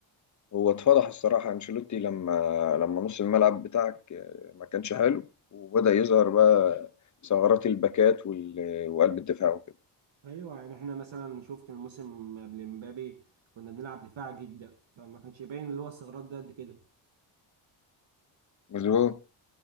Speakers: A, on the left; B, on the right.
A: هو اتفضح الصراحه انشيلوتي لما لما نص الملعب بتاعك آه، ما كانش حلو وبدا يظهر بقى ثغرات الباكات وال... وقلب الدفاع وكده
B: ايوه يعني احنا مثلا شفت الموسم قبل مبابي كنا بنلعب دفاع جدا فما كانش باين اللي هو استغراب ده قد كده
A: مظبوط